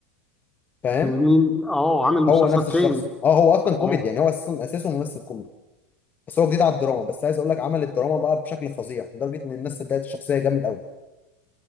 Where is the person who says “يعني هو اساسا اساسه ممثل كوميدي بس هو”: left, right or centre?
Left